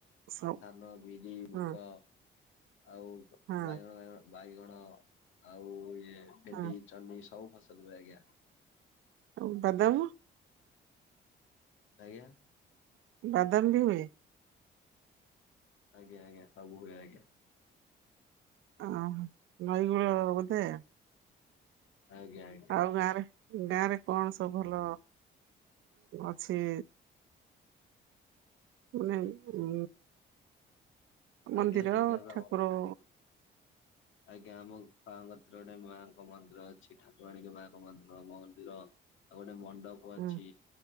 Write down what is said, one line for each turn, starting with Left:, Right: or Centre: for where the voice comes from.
Right: ସବୁ
Left: ଧାନ ବିରି ମୁଗ।
Right: ହଁ
Left: ଆଉ
Right: ହଁ
Left: ବାଇଗଣ ବାଇଗଣ ବାଇଗଣ ଆଉ ଇଏ ଭେଣ୍ଡି।
Right: ହଁ
Left: ଜହ୍ନି ସବୁ ଫସଲ ହୁଏ ଆଜ୍ଞା।
Right: ଆଉ ବାଦାମ?
Left: ଆଜ୍ଞା।
Right: ବାଦାମ ବି ହୁଏ।
Left: ଆଜ୍ଞ ଆଜ୍ଞା ସବ ହୁଏ ଆଜ୍ଞା।
Right: ଓହୋ ନଈକୂଳ ବୋଧେ?
Left: ଆଜ୍ଞା ଆଜ୍ଞା।
Right: ଆଉ ଗାଁରେ ଗାଁରେ କଣ ସବୁ ଭଲ ଅଛି। ମାନେ ଉ
Left: ଆଜ୍ଞା
Right: ମନ୍ଦିର
Left: ଜେଗା ବି ଆମ
Right: ଠାକୁର?
Left: ଆଜ୍ଞା ଆମ ବାଙ୍କତରେ ଗୋଟେ ମାଆଙ୍କ ମନ୍ଦିର ଅଛି। ଠାକୁରାଣୀଙ୍କ ମାଙ୍କ ମନ୍ଦିର ମନ୍ଦିର ଆଉ ଗୋଟେ ମଣ୍ଡପ
Right: ହଁ
Left: ଅଛି